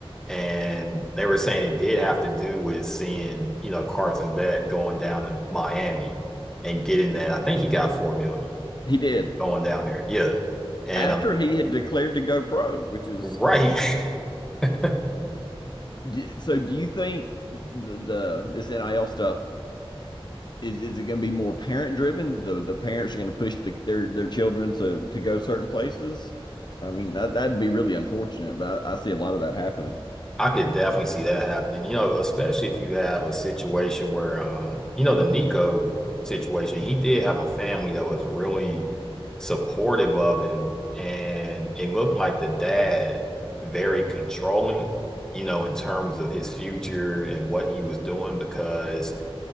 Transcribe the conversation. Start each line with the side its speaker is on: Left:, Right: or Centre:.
Centre: And they were saying it did have to do with seeing, you know, Carson Beck going down to Miami and getting that. I think he got four million
Left: he did
Centre: going down there. Yeah. And
Left: after he had declared to go pro, which is
Centre: Right. <laughs>
Left: d- so. Do you think the, the this NIL stuff? is is it going to be more parent driven? The the parents are going to push the, their their children to to go certain places. I mean that that'd be really unfortunate, but I, I see a lot of that happening.
Centre: I could definitely see that happening, you know, especially if you have a situation where, um, you know, the Nico situation, he did have a family that was really supportive of him, and it looked like the dad very controlling, you know, in terms of his future and what he was doing because